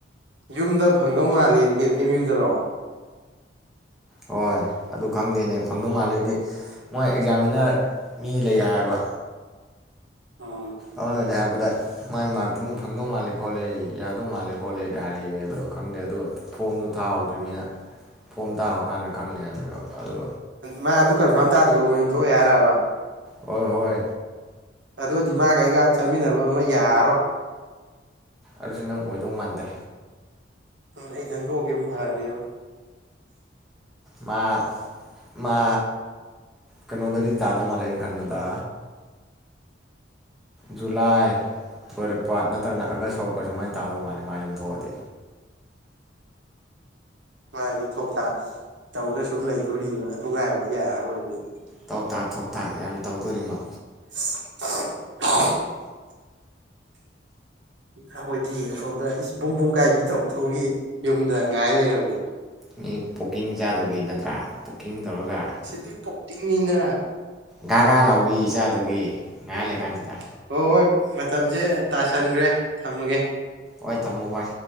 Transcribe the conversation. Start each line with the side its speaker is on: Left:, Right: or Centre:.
Right: ꯌꯨꯝꯗ ꯐꯪꯗꯧ ꯃꯥꯜꯂꯦꯗꯤ ꯀꯩꯅꯣ ꯑꯦꯝ ꯌꯨꯗꯔꯣ
Centre: ꯍꯣꯏ ꯑꯗꯨ ꯈꯪꯗꯦꯅꯦ ꯐꯪꯗꯧ ꯃꯥꯜꯂꯦꯗꯤ ꯃꯣꯏ ꯑꯦꯛꯖꯥꯃꯤꯅꯔ ꯃꯤ ꯂꯩ ꯍꯥꯏꯕ
Right: ꯑꯣ
Centre: ꯑꯗꯨꯅꯗꯤ ꯍꯥꯏꯔꯛꯄꯗ ꯃꯥꯏ ꯃꯥꯔꯛꯇꯨꯅ ꯐꯪꯗꯧ ꯃꯥꯜꯂꯦ ꯈꯣꯠꯂꯦ ꯌꯥꯗꯧ ꯃꯥꯜꯂꯦ ꯈꯣꯠꯂꯦꯗꯤ ꯍꯥꯏꯔꯛꯑꯦ ꯑꯗꯣ ꯈꯪꯗꯦ ꯑꯗꯣ ꯐꯣꯝꯗꯣ ꯊꯥꯍꯧꯗ꯭ꯔꯤꯕꯅꯤꯅ ꯐꯣꯝ ꯊꯥꯍꯧꯀꯥꯟꯗ ꯈꯪꯅꯩ ꯍꯥꯏꯕꯅꯦꯕ ꯑꯗꯣ
Right: ꯃꯥ ꯑꯗꯨ ꯀꯟꯐꯥꯝ ꯇꯥꯗ꯭ꯔꯤꯕꯣ ꯃꯌꯨꯝ ꯊꯣꯛꯑꯦ ꯍꯥꯏꯔꯕ
Centre: ꯍꯣꯏ ꯍꯣꯏ
Right: ꯑꯣꯗꯨꯏꯗꯤ ꯃꯥꯒ ꯑꯩꯒ ꯆꯥꯃꯤꯟꯅꯕ ꯑꯃ ꯌꯥꯔꯣꯏ
Centre: ꯑꯗꯨꯁꯨ ꯅꯪ ꯑꯣꯏꯗꯧ ꯃꯥꯟꯗꯦ
Right: ꯑꯩ ꯏꯠꯍꯟ ꯊꯣꯈꯤꯃꯟ ꯐꯔꯅꯦ
Centre: ꯃꯥ ꯃꯥ ꯀꯩꯅꯣꯗꯗꯤ ꯇꯥꯗꯧ ꯃꯥꯜꯂꯦ ꯈꯟꯕꯗꯥ ꯖꯨꯂꯥꯏ ꯂꯣꯏꯔꯛꯄ ꯅꯠꯇ꯭ꯔꯒꯅ ꯑꯥꯒꯁ ꯍꯧꯔꯛꯄ ꯁꯨꯃꯥꯏꯅ ꯇꯥꯗꯧ ꯃꯥꯂꯦ ꯃꯥ ꯌꯨꯝ ꯊꯣꯛꯑꯗꯤ
Right: ꯃꯥꯗꯤ ꯊꯣꯡ ꯇꯥꯛ ꯇꯧꯔꯥ ꯁꯨꯝ ꯂꯩꯗꯣꯔꯤ ꯑꯗꯨ ꯉꯥꯏꯕꯗꯤ ꯌꯥꯔꯔꯣꯏꯕ ꯑꯩꯗꯤ
Centre: ꯊꯣꯛ ꯊꯥꯛ ꯊꯣꯛ ꯊꯥꯛ ꯌꯥꯝ ꯇꯧꯗꯣꯔꯤꯃꯣ
Right: <unintelligible> ꯑꯩꯈꯣꯏꯗꯤ ꯑꯁꯣꯝꯗ ꯏꯁ ꯄꯨꯡꯕꯨꯡ ꯀꯥꯏꯕꯤ ꯇꯧꯗ꯭ꯔꯣꯒꯤ ꯌꯨꯝꯗ ꯉꯥꯏ ꯂꯩꯔꯝꯃꯦ
Centre: ꯃꯤ ꯄꯣꯛꯀꯤꯡ ꯖꯥꯗꯨꯒꯤ ꯅꯠꯇ꯭ꯔꯥ ꯀꯨꯀꯤꯡ ꯇꯧꯔꯒ
Right: ꯎꯝ ꯁꯤꯗꯤ ꯄꯣꯛꯇꯤꯡꯅꯤꯅ
Centre: ꯒꯥ ꯒꯥ ꯂꯥꯎꯕꯤ ꯆꯥꯗꯨꯒꯤ <unintelligible> ꯉꯥꯏꯔ
Right: ꯎꯝ
Centre: ꯂꯩꯔ ꯀꯥꯟꯁꯤꯗ
Right: ꯍꯣꯏ ꯍꯣꯏ ꯃꯇꯝꯁꯦ ꯇꯥꯁꯟꯈ꯭ꯔꯦ ꯊꯝꯃꯒꯦ
Centre: ꯍꯣꯏ ꯊꯝꯃꯣ ꯚꯥꯏ